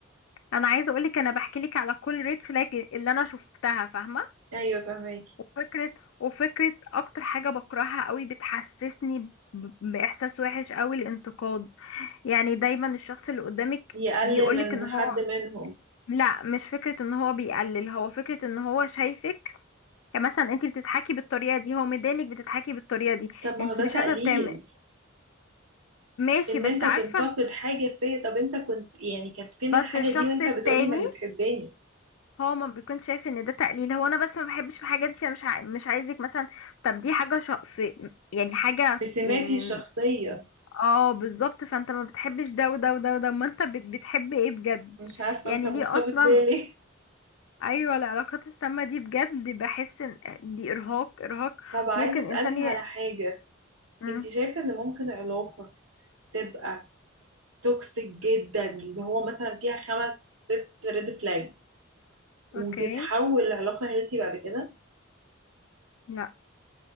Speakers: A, on the left; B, on the right.
A: انا عايزه اقول لك انا بحكي لك على كل ريد فلاج اللي انا شفتها فاهمه
B: ايوه فاهماكي
A: وفكره وفكره اكتر حاجه بكرهها قوي بتحسسني ب- باحساس وحش قوي الانتقاد يعني دايما الشخص اللي قدامك
B: يقلل
A: بيقولك
B: من
A: ان هو
B: حد منهم
A: لا مش فكره ان هو بيقلل هو فكره ان هو شايفك يعني مثلا انت بتضحكي بالطريقه دي هو مدانك بتضحكي بالطريقه دي
B: طب ما
A: انت
B: هو ده
A: مش
B: تقليل
A: عارفه بتعمل ماشي
B: ان
A: بس
B: انت
A: عارفه
B: تنتقد حاجة فيا طب انت كنت يعني كانت فين
A: بس
B: الحاجة
A: الشخص
B: دي وانت
A: التاني
B: بتقولي انك بتحبني
A: هو ما بيكون شايف ان ده تقليل هو انا بس ما بحبش في حاجه دي فمش ع... مش عايزك مثلا طب دي حاجه ش... في يعني حاجه
B: في سماتي
A: يعني
B: الشخصية
A: اه بالظبط فانت ما بتحبش ده وده وده وده ما انت بت... بتحب ايه بجد
B: مش عارفة
A: يعني
B: انت مرتبط
A: ليه اصلا
B: بيا ليه
A: ايوه العلاقات السامه دي بجد بحس ان دي ارهاق ارهاق
B: <laughs> طب عايزة
A: ممكن
B: اسألك
A: انسان ي...
B: على حاجة
A: مم.
B: انت شايفة ان ممكن علاقة تبقى توكسيك جدا اللي هو مثلا فيها خمس ست ريد فلاجز
A: اوكي
B: وتتحول لعلاقة هيلثي بعد كده
A: لا